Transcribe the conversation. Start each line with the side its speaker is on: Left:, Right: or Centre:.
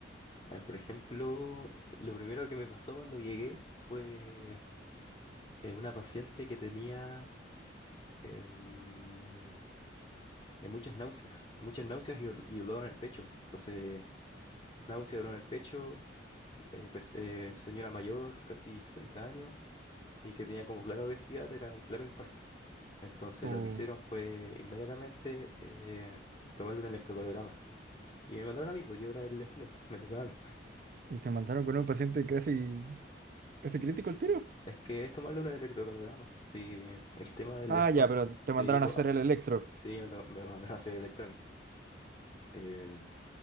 Left: a ver, por ejemplo, lo primero que me pasó cuando llegué fue eh, una paciente que tenía eh, mm, de muchas náuseas, muchas náuseas y, dol- y dolor en el pecho. Entonces, náusea, dolor en el pecho, eh, pers- eh, señora mayor, casi 60 años, y que tenía como clara obesidad, era un claro infarto. Entonces,
Right: Oh,
Left: lo que hicieron fue inmediatamente eh, tomarle un electrocardiograma. Y me mandaron a mí, pues yo era el estudiante, me tocaba a mí.
Right: y te mandaron con un paciente casi, casi crítico el tiro.
Left: Es que es tomarle un electrocardiograma. Sí, el tema del
Right: Ah,
Left: infarto.
Right: ya, pero te mandaron
Left: Sí, pues,
Right: a hacer
Left: ah,
Right: el electro.
Left: sí,
Right: <laughs>
Left: me, to- me mandaron a hacer electro a mí.